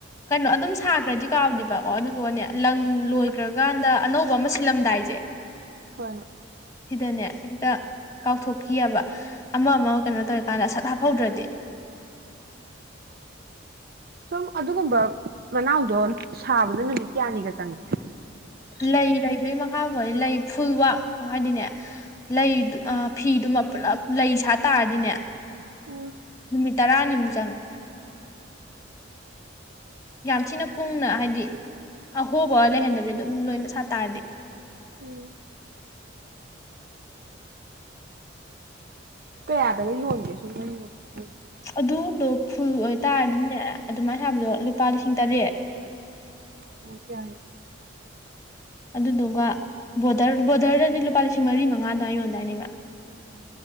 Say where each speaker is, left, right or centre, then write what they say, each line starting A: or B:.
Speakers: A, on the left; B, on the right.
A: ꯀꯩꯅꯣ ꯑꯗꯨꯝ ꯁꯥꯈ꯭ꯔꯗꯤ ꯀꯥꯎꯗꯦꯕꯀꯣ ꯑꯗꯨꯗꯨꯒꯅꯦ ꯂꯪ ꯂꯣꯏꯈ꯭ꯔꯀꯥꯟꯗ ꯑꯅꯧꯕ ꯑꯃ ꯁꯤꯜꯂꯝꯗꯥꯏꯁꯦ
B: ꯍꯣꯏ ꯍꯣꯏ
A: ꯁꯤꯗꯅꯦ ꯍꯦꯛꯇ ꯀꯥꯎꯊꯣꯛꯈꯤꯑꯦꯕ ꯑꯃ ꯑꯃ ꯀꯩꯅꯣ ꯇꯧꯋꯤꯀꯥꯟꯗ ꯁꯠ ꯍꯥꯞꯐꯧꯗ꯭ꯔꯗꯤ
B: ꯁꯨꯝ ꯑꯗꯨꯒꯨꯝꯕ ꯃꯅꯥꯎꯗꯣ ꯁꯥꯕꯗ ꯅꯨꯃꯤꯠ ꯀꯌꯥꯅꯤꯒ ꯆꯪꯉꯏ
A: ꯂꯩ ꯂꯩꯗꯨꯏꯒꯤ ꯃꯈꯥ ꯄꯣꯜꯂꯦ ꯂꯩ ꯐꯨꯜꯋꯥꯛ ꯍꯥꯏꯗꯤꯅꯦ ꯂꯩ ꯑꯥ ꯐꯤꯗꯨꯃ ꯄꯨꯜꯂꯞ ꯂꯩ ꯁꯥꯠ ꯇꯥꯔꯗꯤꯅꯦ
B: ꯎꯝ
A: ꯅꯨꯃꯤꯠ ꯇꯔꯥꯅꯤꯃꯨꯛ ꯆꯪꯑꯦ ꯌꯥꯝ ꯊꯤꯅ ꯀꯨꯡꯅ ꯍꯥꯏꯗꯤ ꯑꯍꯣꯕ ꯂꯩꯍꯟꯗꯕꯤꯗ ꯑꯗꯨꯝ ꯂꯣꯏꯅ ꯁꯥꯠꯇꯥꯔꯗꯤ
B: ꯎꯝ ꯀꯌꯥꯗꯒ ꯌꯣꯟꯒꯦ ꯁꯨꯝꯅ ꯌꯣꯟ ꯑ
A: ꯑꯗꯨꯗꯣ ꯐꯨꯜ ꯑꯣꯏꯇꯥꯔꯗꯤꯅꯦ ꯑꯗꯨꯃꯥꯏ ꯁꯥꯕꯗꯣ ꯂꯨꯄꯥ ꯂꯤꯁꯤꯡ ꯇꯔꯦꯠ
B: ꯑꯣ ꯌꯥꯏꯑ
A: ꯑꯗꯨꯗꯨꯒ ꯕꯣꯗꯔ ꯕꯣꯔꯗꯔꯗꯗꯤ ꯂꯨꯄꯥ ꯂꯤꯁꯤꯡ ꯃꯔꯤ ꯃꯉꯥ ꯑꯗꯨꯃꯥꯏ ꯌꯣꯟꯗꯥꯏꯅꯦ ꯏꯃꯥ